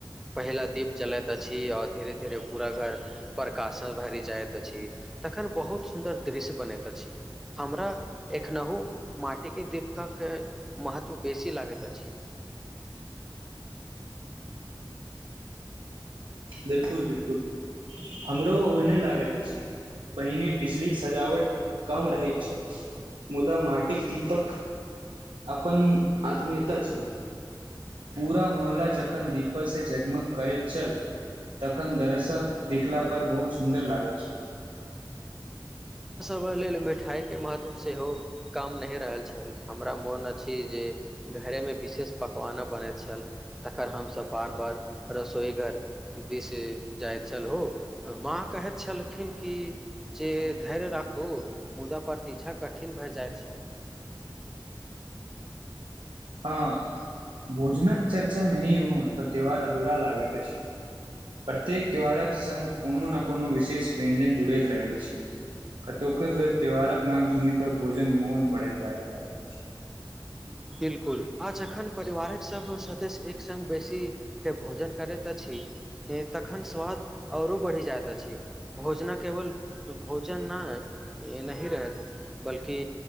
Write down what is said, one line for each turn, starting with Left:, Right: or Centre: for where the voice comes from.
Centre: पहिला दीप जलैत अछि आओर धीरे धीरे पूरा घर प्रकाशन भरि जाइत अछि तखन बहुत सुन्दर दृश्य बनैत अछि हमरा एखनहु माटी के दीपकके महत्व बेसी लागैत अछि
Right: बिलकुल बिलकुल हमरो लागैत अछि पहिने बिजलीक सजावट कम रहैत छै मुदा माटिक दीपक अपन आत्मीयता छल पूरा मोहल्ला जखन दीपक से जगमग करैत छल तखन दरसल देखला पर बहुत सुन्दर लागैत छल
Centre: हि लेल मिठाइके महत्व सेहो कम नहि रहल छल हमरा मोन अछि जे घरेमे विशेष पकवान बनैत छल तखकर हमस बार बार रसोईघर दिस जाइत छल हो माँ कहैत छलखिन की जे धैर्य राखू मुदा प्रतीक्षा कठिन भए जाइत छल
Right: हँ भोजनक चर्चा नहिह ह तऽ त्यौहार अधूरा लागैत अछि प्रत्येक त्यौहारक संग कोनो न कोनो विशेष व्यञ्जन जुड़ैत रहल छै कतेको बेर त्यौहारक नाम सुनी तऽ भोजन मौन पड़त जाय लाग अछि
Centre: बिलकुल आ जखन परिवारक सभ सदस्य एक सङ्ग बेसीके भोजन करैत अछि तखन स्वाद आओरो बढ़ि जाइत अछि भोजना केवल भोजन नहि नहि रहैत बल्कि